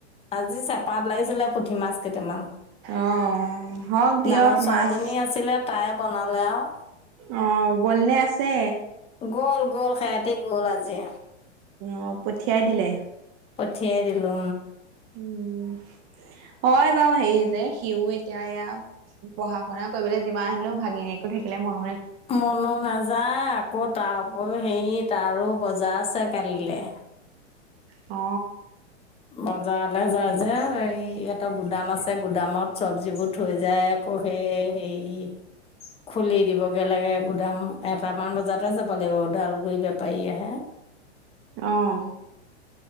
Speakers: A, on the left (about 15°); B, on the right (about 35°).
A: আজি চেপাত লাগিছিলে পুঠি মাছ কেইটামান
B: অ', হওক দিয়ক
A: ডাঙৰ ছোৱালীজনী
B: মাছ
A: আছিলে তাই বনালে আৰু
B: অ, গ'লনে আছে।
A: গ'ল গ'ল সিহঁতি গ'ল আজি
B: অ, পঠিয়াই দিলে।
A: পঠিয়াই দিলো।
B: উম হয় বাৰু সেই যে সিও এতিয়া এয়া পঢ়া শুনা কৰিবলৈ যিমান আনিলেও ভাগি নকো থাকিলে মন
A: মনো নাযায় আকৌ তাৰ উপৰিও হেৰি তাৰো বজাৰ আছে কালিলৈ
B: অ,
A: বজাৰলৈ যায় যে এই এটা গুদাম আছে গুদামত চব্জিবোৰ থৈ যায় আকৌ সেই হেৰি এই, খুলি দিবগে লাগে। গদাম এটামান বজাতে যাব লাগিব ওদালগুৰি বেপাৰী আহে
B: আহ